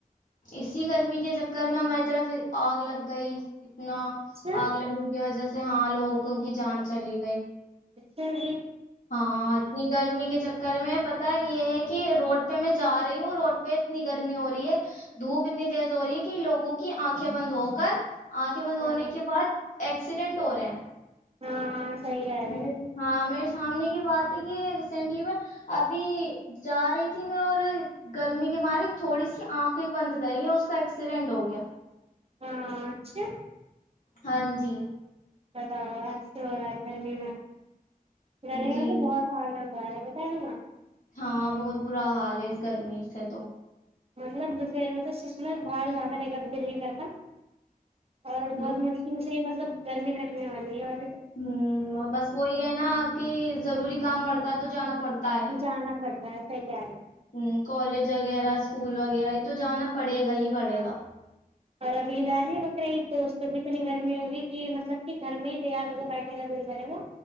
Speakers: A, on the left; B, on the right.
A: اسسی گرمی کے چکر میں ہماری طرف آگ لگ گئی اتنا
B: اچھا
A: آگ لگنے کی وجہ سے سے ہاں لوگوں کی جان چلے گا
B: اس ہی
A: ہاں اتنی گرمی کے چکر کر میں پتا یہ ہے کہ روڈ پہ میں جا رہی ہوں روڈ پہ اتنی گرمی ہو رہی ہے دھوپ اتنی تیز ہو رہی ہے کہ لوگوں کی آنکھیں بند ہو کر آنکھیں بند ہونے
B: ہاں
A: کے بعد ایکسیڈنٹ ہو رہے ہیں
B: ہاں ہاں صحی گ ہے
A: میرے
B: بس
A: ہاں میرے سامنے کی بات ہے کہ ریسینٹلی میں ابھی جا رہی تھی میں اور گرمی کے بارے تھوڑی سی آنکھیں بند کر رہی ہیں اس کا ایکسیڈینٹ ہو گیا
B: ہاں اچھا
A: ہاں جی
B: بتاؤ ایسے ہو رہا ہے گرمی میں ڈریال
A: جی
B: تو بہت حال ہے سارے بتا رہ نا
A: ہاں بہت برا حال ہے اس گرمی سے تو
B: مطلب دوپہر میںلب سس میں باہر جھانکانے کا بھی دل نہیں کرتا اور بہت
A: دو
B: مشکل سے ہی مطلب گرمی کٹنے والی ہے اور
A: ہ بس وہی ہے نا کہ ضروری کام پڑتا ہے تو جانا پڑتا ہے
B: جانا پڑتا ہے صحیح کہہ رہے ہیں۔
A: ہ کالج وغیرہ اسکول وغیرہ ہے تو جانا پڑے گا ہی پڑے
B: ہاں
A: گا
B: اوررب دال وکر ا تو توب اتنی گرمی ہوگی کہ مطلب کہ گھر میں ہی تیار ہوگے بیٹھنے کا بے وہ